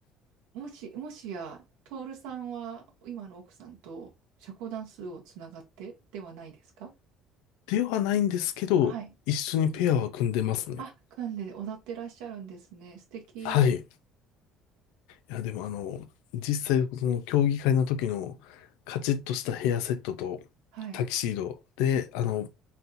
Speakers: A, on the right; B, on the left.
A: もし、もしや、トールさんは今の奥さんと社交ダンスをつながってではないですか
B: ではないんですけど、
A: はい。
B: 一緒にペアは組んでますね。
A: あ、組んで踊ってらっしゃるんですね。素敵。
B: はい。いや、でもあの、実際、その競技会の時のカチッとしたヘアセットと
A: はい。
B: タキシードで、あの、